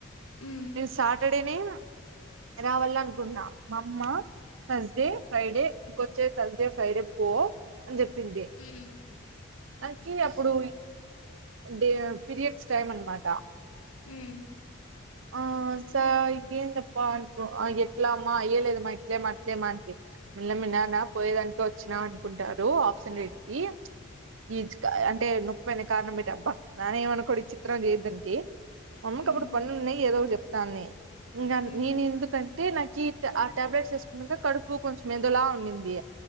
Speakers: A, on the left; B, on the right.
A: హ్మ్
B: నేను సాటర్డేనే రావాల అనుకున్నా మా అమ్మ థర్స్డే ఫ్రైడే ఇంకొచ్చే థర్స్డే ఫ్రైడే పో అని జెప్పింది
A: హ్మ్
B: అక్కి అప్పుడు డే పీరియడ్స్ టైమ్ అనమాట
A: హ్మ్
B: ఓ ఆన్ సార్ ఏందప్ప అన్కో ఎట్లా అమ్మా ఏం లేదమ్మా ఇట్లేమ అట్లేమ మల్లె మీ న్నానా పోయేదానిక వచ్చినా అనుకుంటారు ఆప్షన్ ఎట్టి ఈజ్క అంటే నొప్పెన కారణం ఎటబ్బ నాన ఏమను కోడ్ చిత్రం చేయదంటే అమ్మ
A: హ్మ్
B: కి అప్పుడు
A: హ్మ్
B: పన్లు ఉన్నాయి ఏదో ఒకటి జెప్తానే ఇంగ
A: హ్మ్
B: నేను ఎందుకంటే నా కీట్ ఆ టాబ్లెట్స్ ఎసుకున్నాక కడుపు కొంచెం ఎదోలా ఉండింది